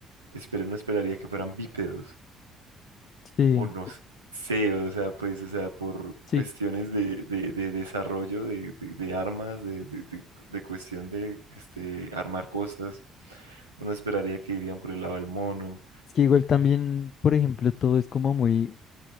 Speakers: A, on the right; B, on the left.
A: espero, no esperaría que fueran bípedos,
B: Sí,
A: O no s- sé, o sea, pues, o sea, por cuestiones
B: sí.
A: de, de, de desarrollo de, de- de armas, de, de, de- de cuestión de este, armar cosas, uno esperaría que irían por el lado del mono.
B: Es que igual también, por ejemplo, todo es como muy